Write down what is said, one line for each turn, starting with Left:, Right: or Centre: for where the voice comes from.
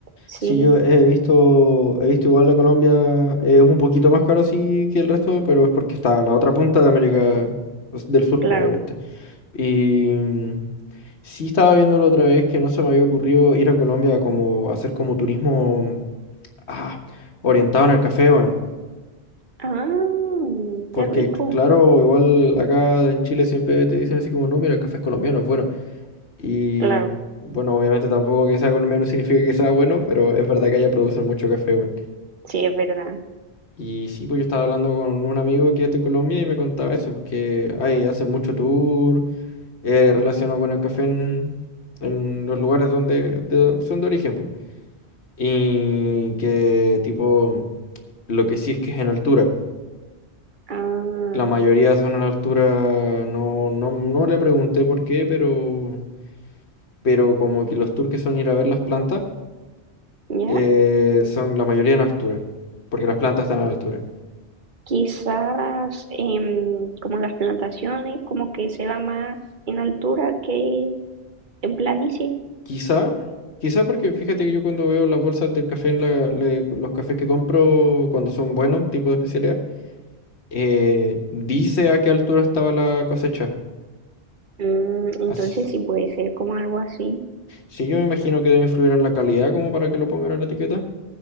Right: Sí,
Left: Sí, yo he visto, he visto igual la Colombia, eh, es un poquito más caro sí que el resto, pero es porque está a la otra punta de América pues, del Sur,
Right: claro.
Left: pues, obviamente. Y mm, sí estaba viéndolo otra vez que no se me había ocurrido ir a Colombia como hacer como turismo ah, orientado en el café, weón.
Right: Ah,
Left: Porque
Right: qué rico.
Left: claro, igual acá en Chile siempre te dicen así como, no, mira, el café es colombiano, es bueno. Y
Right: Claro,
Left: bueno, obviamente tampoco que sea colombiano significa que sea bueno, pero es verdad que allá producen mucho café, weón.
Right: sí, es verdad.
Left: Y sí, pues yo estaba hablando con un amigo que es de Colombia y me contaba eso, pues que ay, hacen mucho tour eh, relacionado con el café en, en los lugares donde, de don- son de origen, pues. Y que tipo, lo que sí es que es en altura.
Right: Ah,
Left: La mayoría son en altura, no, no, no le pregunté por qué, pero, pero como que los tours que son ir a ver las plantas,
Right: ¿ya?
Left: eh, son la mayoría en altura, porque las plantas están a la altura.
Right: Quizás em, como las plantaciones, como que se da más en altura que en planicie.
Left: Quizá, quizá porque fíjate que yo cuando veo las bolsas del café en la- le- los cafés que compro cuando son buenos, tipo de especialidad, eh, dice a qué altura estaba la cosecha.
Right: Mm, entonces
Left: Así,
Right: sí puede ser como algo así,
Left: sí, yo me imagino que debe influir en la calidad como para que lo pongan en la etiqueta.